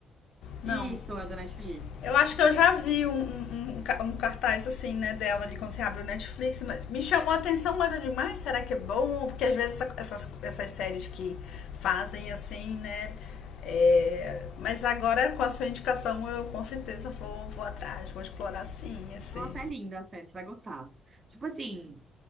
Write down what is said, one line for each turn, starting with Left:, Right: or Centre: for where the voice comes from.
Left: Não.
Right: Isso, é da Netflix.
Left: Eu acho que eu já vi um, um, um, um cartaz assim, né, dela ali quando você abre o Netflix. mas Me chamou a atenção, mas eu digo, mas será que é bom? Porque às vezes essa- essas, essas séries que fazem assim, né? é, mas agora com a sua indicação eu com certeza vou, vou atrás, vou explorar sim esse.
Right: Nossa, é linda a série, você vai gostar. Tipo assim,